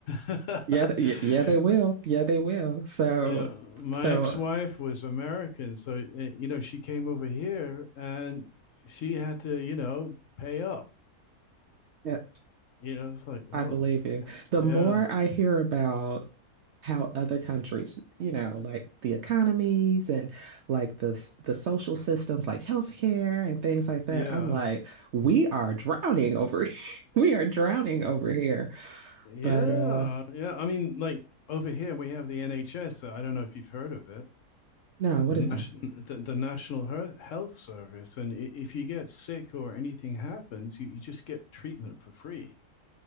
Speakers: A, on the left (about 65°); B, on the right (about 65°).
A: <laughs>
B: Yeah, th- yeah, yeah, they will. Yeah, they will. So
A: Now, my
B: so
A: ex-wife was American, so uh, you know she came over here and she had to, you know, pay up.
B: yeah,
A: You know, it's like,
B: I
A: oh,
B: believe you. The
A: yeah,
B: more I hear about how other countries, you know, like the economies and like the s- the social systems, like healthcare and things like that.
A: yeah.
B: I'm like, we are drowning over <laughs> here. We are drowning over here.
A: Yeah,
B: But uh
A: yeah. I mean, like over here we have the NHS. I don't know if you've heard of it,
B: no, what
A: the
B: is
A: national,
B: that?
A: the, the National Her- Health Service. And i- if you get sick or anything happens, you, you just get treatment for free.